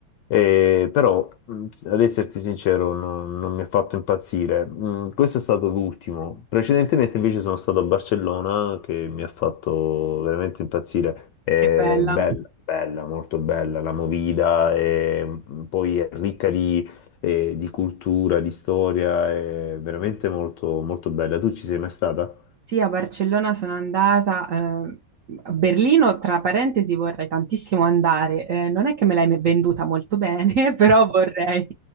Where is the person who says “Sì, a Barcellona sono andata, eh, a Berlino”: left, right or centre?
Right